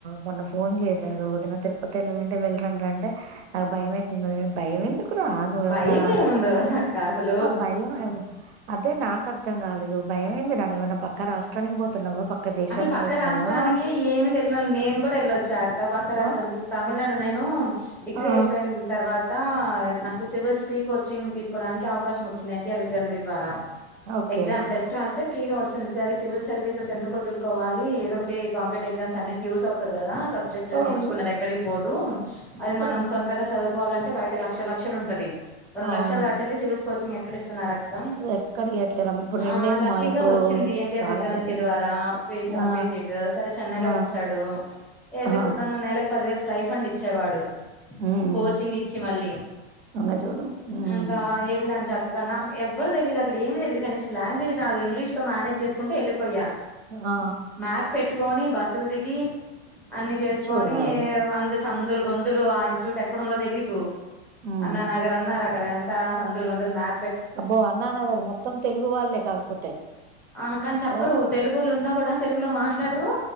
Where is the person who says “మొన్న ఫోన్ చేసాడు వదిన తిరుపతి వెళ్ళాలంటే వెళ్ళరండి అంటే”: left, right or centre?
Right